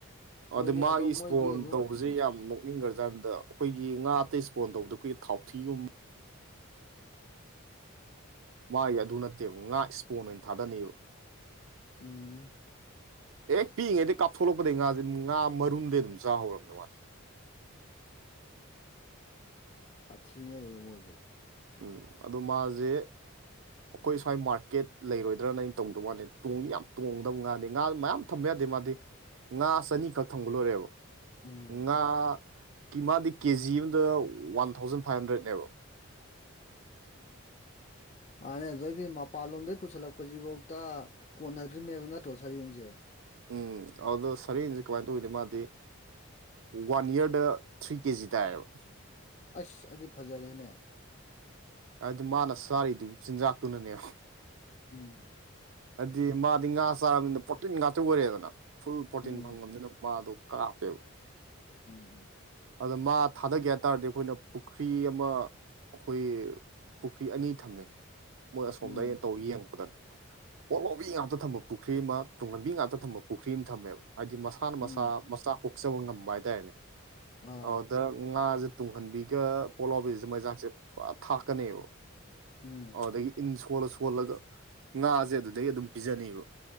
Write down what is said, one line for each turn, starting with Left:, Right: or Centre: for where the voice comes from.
Left: ꯍꯣꯏꯅꯦ
Right: ꯑꯗ ꯃꯥꯒꯤ
Left: ꯑꯗꯣ
Right: ꯏꯁꯄꯣꯟ
Left: ꯃꯣꯏꯗꯤ ꯑꯗꯨꯝ
Right: ꯇꯧꯕꯖꯦ
Left: ꯎꯝ
Right: ꯌꯥꯝ ꯅꯣꯛ ꯅꯤꯡꯒ꯭ꯔꯖꯥꯟꯗ ꯑꯈꯣꯏꯒꯤ ꯉꯥ ꯑꯇꯩ ꯏꯁꯄꯣꯟ ꯇꯧꯕꯗ ꯈꯣꯏꯒꯤ ꯊꯥꯎꯊꯤꯒꯨꯝ ꯃꯥꯒꯤ ꯑꯗꯨ ꯅꯠꯇꯦꯕ ꯉꯥ ꯏꯁꯄꯣꯟ ꯑꯣꯏꯅ ꯊꯥꯗꯅꯦꯕ
Left: ꯎꯝ
Right: ꯍꯦꯛ
Left: ꯑꯁ
Right: ꯄꯤꯛꯏꯉꯩꯗꯩ ꯀꯥꯞ ꯊꯣꯛꯂꯛꯄꯗꯩ ꯉꯥꯖꯦ ꯉꯥ ꯃꯔꯨꯝꯗꯩ ꯑꯗꯨꯝ ꯆꯥꯍꯧꯔꯕꯅꯦ ꯃꯥꯗꯤ
Left: ꯁꯥꯊꯤꯅꯦ ꯑꯗꯨꯗꯤ ꯃꯣꯏꯖꯦ
Right: ꯎꯝ ꯑꯗꯣ ꯃꯥꯖꯦ ꯑꯈꯣꯏ ꯁ꯭ꯋꯥꯏ ꯃꯥꯔꯀꯦꯠ ꯂꯩꯔꯣꯏꯗ꯭ꯔꯅ ꯑꯩꯅ ꯇꯧꯗꯕ ꯋꯥꯅꯤ ꯇꯣꯡꯗꯤ ꯌꯥꯝ ꯇꯣꯡꯒꯗꯧ ꯉꯥꯅꯦ ꯉꯥꯗꯣ ꯃꯌꯥꯝ ꯊꯝꯕ ꯌꯥꯗꯦ ꯃꯥꯗꯤ ꯉꯥ ꯆꯅꯤꯈꯛ ꯊꯝꯒ ꯂꯣꯏꯔꯦꯕ
Left: ꯎꯝ
Right: ꯉꯥ ꯀꯤ ꯃꯥꯗꯤ ꯀꯦꯖꯤ ꯑꯝꯗ ꯋꯥꯟ ꯊꯥꯎꯖꯟ ꯐꯥꯏꯚ ꯍꯟꯗ꯭ꯔꯦꯠꯅꯦꯕ
Left: ꯃꯥꯅꯦ ꯑꯗꯨꯗꯩꯗꯤ ꯃꯄꯥꯟꯂꯣꯝꯗꯩ ꯄꯨꯁꯜꯂꯛꯄꯖꯤꯕꯧꯇ ꯀꯣꯟꯅꯗ꯭ꯔꯤꯅꯦꯕ ꯅꯠꯇ꯭ꯔꯣ ꯁꯔꯦꯡꯁꯦ
Right: ꯎꯝ ꯑꯧꯗ ꯁꯔꯦꯡꯖꯦ ꯀꯃꯥꯏꯅ ꯇꯧꯋꯤꯗ ꯃꯥꯗꯤ ꯋꯥꯟ ꯌꯔꯗ ꯊ꯭ꯔꯤ ꯀꯦꯖꯤ ꯇꯥꯏꯌꯦꯕ
Left: ꯑꯁ ꯑꯗꯨ ꯐꯖꯔꯦꯅꯦ
Right: ꯑꯗꯨ ꯃꯥꯅ ꯆꯥꯔꯤꯗꯨ ꯆꯤꯟꯖꯥꯛꯇꯨꯅꯅꯦ
Left: ꯎꯝ
Right: ꯑꯗꯤ ꯃꯥꯗꯤ ꯉꯥ ꯆꯥꯔꯕꯅꯤꯅ ꯄ꯭ꯔꯣꯇꯤꯟ ꯉꯥꯛꯇ ꯑꯣꯏꯔꯦꯗꯅꯥ ꯐꯨꯜ ꯄ꯭ꯔꯣꯇꯤꯟ
Left: ꯎꯝ
Right: ꯐꯪꯉꯕꯅꯤꯅ ꯃꯥꯗꯣ ꯀ꯭ꯔꯥꯞꯄꯦꯕ
Left: ꯎꯝ
Right: ꯑꯗ ꯃꯥ ꯊꯥꯗꯒꯦ ꯍꯥꯏ ꯇꯥꯔꯗꯤ ꯑꯈꯣꯏꯅ ꯄꯨꯈ꯭ꯔꯤ ꯑꯃ ꯑꯈꯣꯏꯒꯤ ꯄꯨꯈ꯭ꯔꯤ ꯑꯅꯤ ꯊꯝꯃꯦ ꯃꯣꯏ ꯑꯁꯣꯝꯗ
Left: ꯎꯝ
Right: ꯑꯩꯅ ꯇꯧ ꯌꯦꯡꯉꯛꯄꯗ ꯄꯣꯠꯂꯣꯕꯤ ꯉꯥꯛꯇ ꯊꯝꯕ ꯄꯨꯈ꯭ꯔꯤ ꯃ ꯇꯨꯡꯍꯟꯕꯤ ꯉꯥꯛꯇ ꯊꯝꯕ ꯄꯨꯈ꯭ꯔꯤ ꯑꯝ ꯊꯝꯃꯦꯕ ꯍꯥꯏꯗꯤ ꯃꯁꯥꯅ
Left: ꯎꯝ
Right: ꯃꯁꯥ ꯃꯆꯥ ꯀꯣꯛꯆꯕ ꯉꯝꯕ ꯍꯥꯏꯇꯥꯔꯦꯅꯦ
Left: ꯑꯥ
Right: ꯑꯧꯗ ꯉꯥꯖꯦ ꯇꯨꯡꯍꯟꯕꯤꯒ ꯄꯣꯂꯥꯎꯕꯤꯒꯖꯦ ꯃꯩꯖꯥꯛꯁꯦ ꯐ ꯊꯥꯛꯀꯅꯦꯕ
Left: ꯎꯝ
Right: ꯑꯗꯒꯤ ꯏꯟ ꯁꯣꯜꯂ ꯁꯣꯜꯂꯒ ꯉꯥꯁꯦ ꯑꯗꯨꯗꯩ ꯑꯗꯨꯝ ꯄꯤꯖꯅꯤꯕ